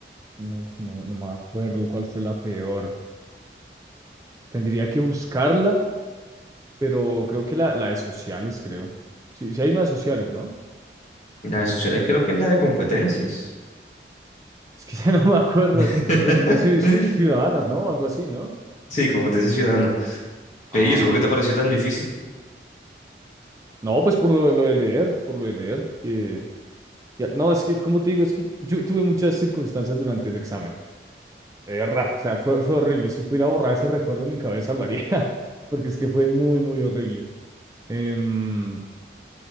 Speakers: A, on the right; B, on the left.
A: no, no, no me acuerdo cuál fue la peor. Tendría que buscarla, pero creo que la, la de sociales, creo. Sí, sí hay una de sociales, ¿no?
B: La
A: No,
B: de sociales creo que es la de competencias.
A: es que <laughs> ya no me acuerdo.
B: <laughs>
A: Competencias ciu- ciudadanas, ¿no? Algo así, ¿no?
B: Sí, competencias ciudadanas Pero,
A: Ah,
B: ¿y eso por qué
A: ok.
B: te pareció tan difícil?
A: No, pues por lo, lo de leer, por lo de leer. que- ya- no, es que, como te digo, es que yo tuve muchas circunstancias durante ese examen. De verdad, o sea, fue, fue horrible. Si pudiera borrar ese recuerdo en mi cabeza, lo haría, <laughs> porque es que fue muy, muy horrible. Em,